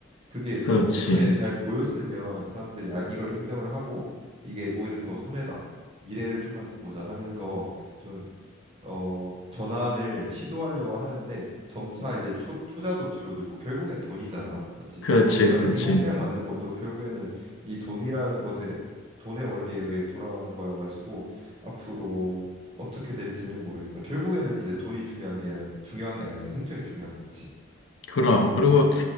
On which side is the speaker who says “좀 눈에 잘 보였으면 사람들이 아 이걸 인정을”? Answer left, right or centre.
Right